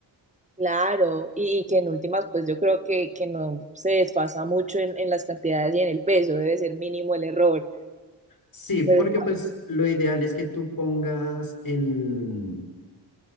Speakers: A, on the right (about 15°); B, on the left (about 45°).
A: Claro, y, y que en últimas, pues yo creo que, que no se desfasa mucho en, en las cantidades y en el peso, debe ser mínimo el error.
B: Sí, porque
A: Pero
B: pues lo ideal es que tú pongas el,